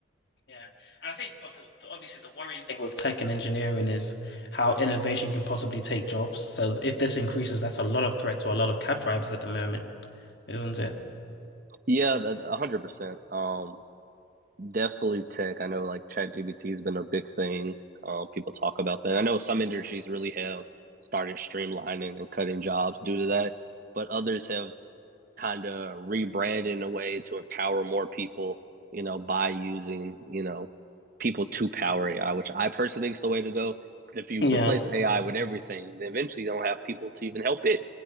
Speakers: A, on the left; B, on the right.
A: Yeah. And I think, but the, the, obviously the worrying thing with tech and engineering is how innovation can possibly take jobs. So if this increases, that's a lot of threat to a lot of cab drivers at the moment, isn't it?
B: yeah 100% um Definitely tech. I know like ChatGPT has been a big thing. Um, people talk about that. I know some industries really have started streamlining and cutting jobs due to that, but others have kind of rebranded in a way to empower more people, you know, by using, you know, people to power AI, which I personally think is the way to go. Because if you
A: Yeah,
B: replace AI with everything, then eventually you don't have people to even help it.